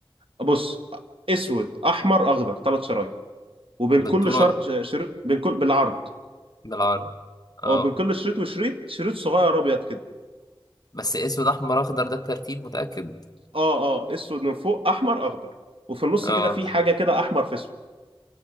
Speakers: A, on the right; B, on the left.
A: بص اسود احمر اخضر ثلاث شرايط وبين
B: بالطول
A: كل شرط شريط بين كل بالعرض
B: بالعرض اه
A: او بين كل شريط وشريط شريط صغير ابيض كده
B: بس اسود احمر اخضر ده الترتيب متأكد
A: اه اه اسود من فوق احمر اخضر وفي النص
B: اه
A: كده في حاجه كده احمر في اسود